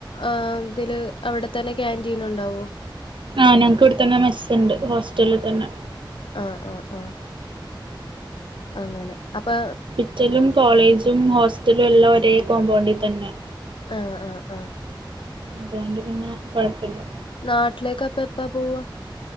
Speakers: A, on the left (about 85°); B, on the right (about 75°).
A: ആഹ് ഇതില് അവിടെത്തന്നെ ക്യാന്റീൻ ഉണ്ടാവോ?
B: ആഹ് ഞങ്ങൾക്ക് ഇവിടെ തന്നെ മെസ്സ് ഉണ്ട്. ഹോസ്റ്റലിൽ തന്നെ.
A: ആഹ് ആഹ് ആഹ് അങ്ങനെ അപ്പെ
B: റ്റലും കോളേജും ഹോസ്റ്റലും എല്ലാം ഒരേ കോമ്പൗണ്ടിൽ തന്നെ.
A: ആഹ് ആഹ് ആഹ്
B: അതോണ്ട് പിന്നെ കുഴപ്പമില്ല.
A: നാട്ടിലേക്ക് അപ്പെ എപ്പ പോവാ?